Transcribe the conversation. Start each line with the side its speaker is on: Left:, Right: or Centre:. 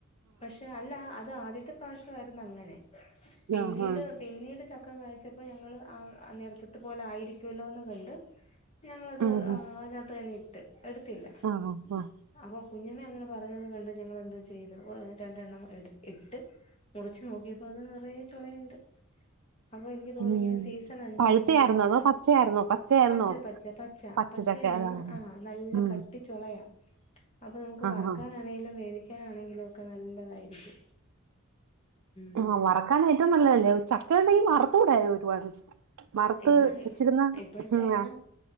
Left: പക്ഷെ അല്ല അത് ആദ്യത്തെ ആദ്യത്തെ പ്രാവശ്യമായിരുന്നു അങ്ങനെ പിന്നീട്
Right: ആഹ് ആഹ്
Left: പിന്നീട് ചക്ക കഴിച്ചപ്പോ ഞങ്ങള് ആ നേരത്തത്തെ പോലെയിരിക്കുമല്ലോന്ന് കണ്ട് ഞങ്ങളത്
Right: ഉം
Left: അതിനകത്ത് തന്നെ എടുത്തീല്ല
Right: ആഹ് ആഹ്
Left: അപ്പൊ കുഞ്ഞമ്മ അങ്ങനെ പറഞ്ഞത് കണ്ട് ഞങ്ങളെന്തോ ചെയ്തു ഓ രണ്ടെണ്ണം എട് ഇട്ട് മുറിച്ചു നോക്കിയപ്പോ അത് നിറയെ ചുളയുണ്ട് അപ്പൊ എനിക്ക് തോന്നിങ്ങനെ
Right: ഉം
Left: <unintelligible>
Right: പഴുത്തയായിരുന്നോ അതോ പച്ചയായിരുന്നോ പച്ചയായിരുന്നോ
Left: പച്ചപ്പച്ച പച്ച
Right: പച്ചച്ചക്ക
Left: പച്ചയാണ്
Right: ആഹ്
Left: ആ നല്ല
Right: ഉം
Left: കട്ടി ചൊളയ അപ്പോ നമുക്ക്
Right: ആഹ്
Left: വറക്കാനാണേലും വേവിക്കാനാണെങ്കിലും ഒക്കെ നല്ലതായിരിക്കും ഉം
Right: ആഹ് വറക്കാൻ ഏറ്റവും നല്ലതല്ലേ ചക്ക ഉണ്ടെങ്കി വറുത്തൂടായോ ഒരുപാട് വറുത്ത്
Left: എണ്ണ
Right: വെച്ചിരുന്ന
Left: ഇപ്പോഴത്തെ
Right: ഹ് മ്
Left: എണ്ണ
Right: ആ